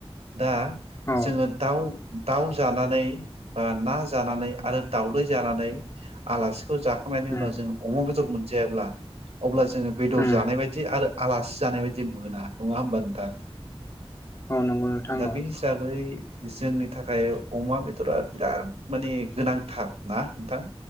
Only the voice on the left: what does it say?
औ
उम
उम
औ औ नंगौ नोंथां
औ।